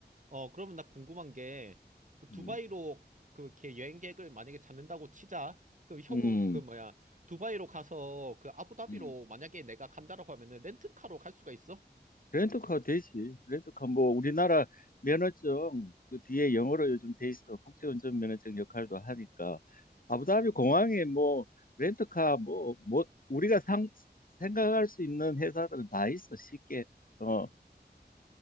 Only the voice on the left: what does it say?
음,
음,
음.
렌터카 되지. 렌터카 뭐 우리나라 면허증 그 뒤에 영어로 요즘 돼 있어. 국제운전 면허증 역할도 하니까 아부다비 공항에 뭐 렌터카 뭐 뭐 우리가 상 생각할 수 있는 회사들은 다 있어. 쉽게 어